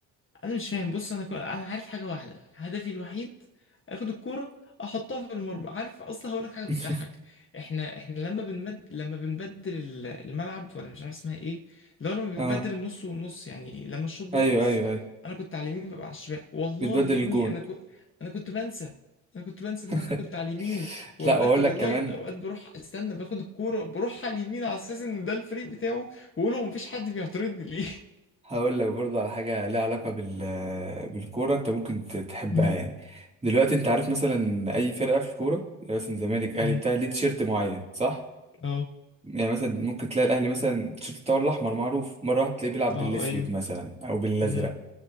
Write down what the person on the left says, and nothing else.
انا مش فاهم بص انا كل... انا عارف حاجه واحده هدفي الوحيد اخد الكوره احطها في المرمى عارف اصلا هقول لك حاجه بتضحك
احنا احنا لما بنمد... لما بنبدل ال- الملعب ولا مش عارف اسمها ايه لو لما بنبدل
النص والنص يعني لما الشوط بيخلص
انا كنت على اليمين ببقى على الشمال والله
يا
ابني انا كنت انا كنت بنسى انا كنت بنسى ان
انا كنت على اليمين واوقات
والله
اوقات بروح استنى باخد الكوره بروح على اليمين على اساس ان ده الفريق بتاعه واقول له مفيش حد بيعترضني ليه
<laughs>
مم.
امم
اه
ايوه
مهم.